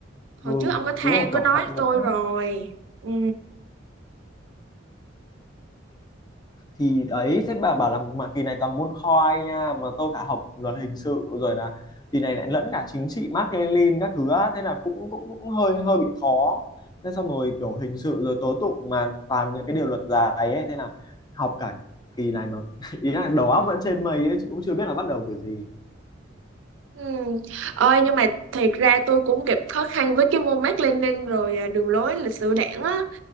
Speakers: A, on the right; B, on the left.
A: Hồi
B: ừ
A: trước ông có than
B: đúng không
A: có
B: kiểu
A: nói
B: học
A: với
B: một
A: tôi
B: á.
A: rồi. Ừ.
B: thì đấy thế bà bảo là mà kỳ này toàn môn khoi nha mà tôi phải học luật hình sự rồi là kỳ này lại lẫn cả chính trị Mác Lênin các thứ á thế là cũng cũng cũng hơi hơi bị khó thế xong rồi kiểu hình sự rồi tố tụng mà toàn những cái điều luật dài ấy thế là học cả kỳ này mà <laughs> ý là đầu óc vẫn trên mây ấy chứ cũng chưa biết là bắt đầu kiểu gì
A: Ừ. Ơi nhưng mà thiệt ra tôi cũng gặp khó khăn với cái môn Mác Lênin rồi à, đường lối lịch sử đảng á.